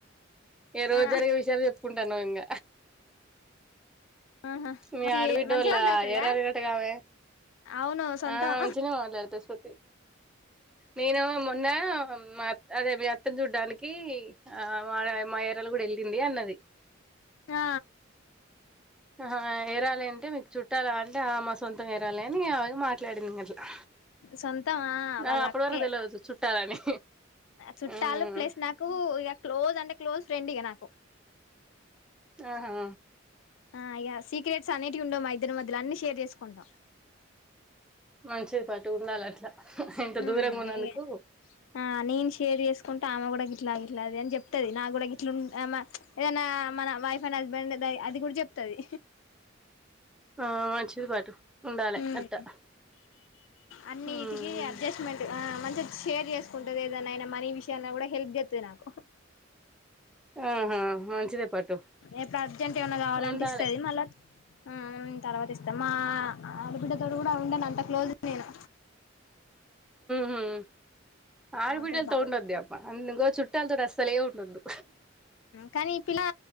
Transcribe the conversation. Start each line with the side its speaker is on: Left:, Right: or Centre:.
Centre: ఏరోజు
Left: ఆ
Centre: జరిగే విషయాలు చెప్పుకుం టను ఇంగ
Left: ఆహా
Centre: మీ
Left: మంచి
Centre: ఆడబిడ్డ
Left: మంచిగా
Centre: వొళ్ళ
Left: మాట్లాడుతదిగా
Centre: ఎరారేనట్టుగామె
Left: అవును సొంతం
Centre: ఆ మంచిగానే మాట్లాడుతాది శృతి నేను మొన్న మా అదే మీ అత్తని చూడ్డానికి ఆ మా మా యరాలు కూడా ఎళ్ళింది అన్నది
Left: ఆ
Centre: ఆహ ఎరాలే అంటే మీకు చుట్టాలా అంటే ఆహ మా సొంతం ఎరాలే అని అగ మాట్లాడింది అట్లా
Left: సొంతమా
Centre: నా
Left: వాళ్ళ
Centre: అప్పటి
Left: అక్కే
Centre: వరకు తెలువదు చుట్టాలని
Left: చుట్టాలు
Centre: మ్మ్
Left: ప్లస్ నాకు ఇగ క్లోజ్ అంటే క్లోజ్ ఫ్రెండ్ ఇగ నాకు
Centre: ఆహా
Left: ఆ ఇగ సీక్రెట్స్ అనేటివి ఉండవు మా ఇద్దరి మధ్యల అన్ని షేర్ చేసుకుంటాం.
Centre: మంచిది పటు ఉండాలి అట్లా ఇంత
Left: హ్మ్
Centre: దూరంగా ఉన్నందుకు
Left: ఇగ ఆ నేన్ షేర్ చేసుకుం ట ఆమె కూడా గిట్లా ఇట్లాది అని చెప్తాది నాకూడా గిట్లా ఏదైనా మన వైఫ్ అండ్ హస్బెండ్ దయ అది కూడా చెప్తది
Centre: ఆ వన్ చిది పాటు ఉండాలే
Left: ఉమ్
Centre: అట్టా
Left: అన్నిటికి
Centre: హ్మ్
Left: అడ్జస్ట్మెంట్ మంచిగా షేర్ చేసుకుంటది ఏదన్నా అయినా మనీ విషయాల కూడా హెల్ప్ చేత్తాది నాకు
Centre: ఆహా మంచిదే పట్టు
Left: ఎప్పుడు అర్జెంట్ ఏమన్నా కావాలంటే
Centre: ఉండాలే
Left: ఇస్తాది మళ్ళా ఆ తర్వాత ఇస్తాను మా ఆడబిడ్డతోటి కూడా ఉండనంత అంత క్లోజ్ నేను
Centre: హ్మ్ ఆడబిడ్డలతో
Left: ఆమెతోటి బాగుంటా
Centre: ఉండద్దే అబ్బా అం ఇగో చుట్టాలతో అసలే ఉండద్దు
Left: కానీ పిలా